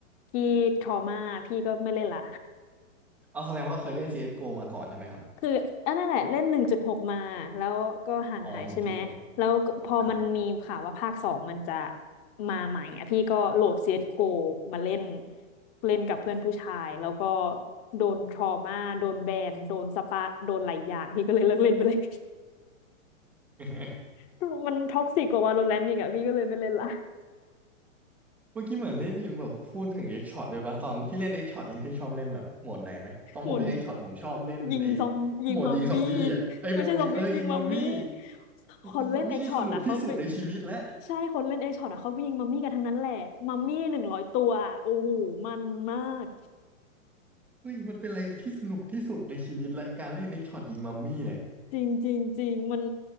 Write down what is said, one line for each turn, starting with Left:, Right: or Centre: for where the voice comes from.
Left: พี่ทรอมาพี่ก็ไม่เล่นละ
Centre: เอาแสดงว่าเคยเล่น CSGO มาก่อนใช่ไหมครับ
Left: คืออันนั้นแหละเล่นหนึ่งจุดหกมาแล้วก็ห่างหายใช่ไหมแล้วก็พอมันมีข่าวว่าภาคสองมันจะ
Centre: อ๋อหนึ่งจุดหก อ่า
Left: มาใหม่อ่ะพี่ก็โหลด c s โกมาเล่นเล่นกับเพื่อนผู้ชายแล้วก็โดนทรอมาโดนแบนโดนสปะโดนหลายอย่างพี่ก็เลยเลิกเล่นไปเลย
Centre: <laughs>
Left: <laughs> มันท็อกซิกกว่าวาโลแรนต์อีกอ่ะพี่ก็เลยไม่เล่นละ
Centre: เมื่อกี้เหมือนได้ยินแบบพูดถึงเอ็กช็อตด้วยปะตอนพี่เล่นเอ็กช็อตนี้พี่ชอบเล่นแบบโหมดไหนไหมตอนผมเล่นเอ็กช็อตผมชอบเล่นไอ้
Left: หุ่น <laughs> ยิงซอมยิงมัมมี่
Centre: โหมดยิงซอมบี้อ่ะไอ้โหมดยิงเอ้ยยิงมัมมี่
Left: ไม่ใช่ซอมบี้ยิงมัมมี่คนเล่นเอ็กช็อตอ่ะเขาไป
Centre: ยิงมัมมี่นี่สนุกที่สุดในชีวิตแล้ว
Left: ใช่คนเล่นเอ็กช็อตอ่ะเขาไปยิงมัมมี่กันทั้งนั้นแหละมัมมี่หนึ่งร้อยตัวอะโอ้โหมันมาก
Centre: เฮ้ยมันเป็นอะไรที่สนุกที่สุดในชีวิตและการเล่นเอ็กช็อตยิงมัมมี่เนี่ย
Left: จริงจริงจริงมัน